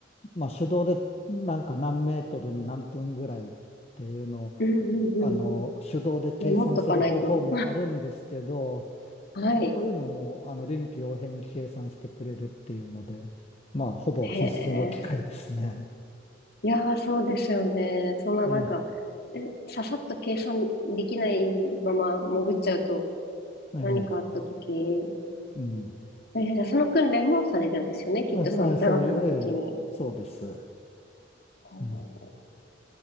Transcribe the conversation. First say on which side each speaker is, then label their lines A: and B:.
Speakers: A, on the left; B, on the left.
A: まあ、手動でなんか何メートルに何分ぐらいっていうのを
B: うん、うんうん。
A: あの、手動で計算する方法もあるんですけど、
B: メモっとかないと。<laughs> はい。
A: もうそういうのも、あの、臨機応変に計算してくれるっていうので、まあ、ほぼ必須の機械ですね。
B: へえ。いやー、そうですよね。そんななんか、
A: ね、
B: えささっと計算できないまま潜っちゃうと、
A: ええ、
B: 何かあった時
A: うん。
B: えーじゃあその訓練もされるんですよね。きっとその座学の時に。
A: まあ、そあそういう、ええ、そうです。
B: こ
A: うん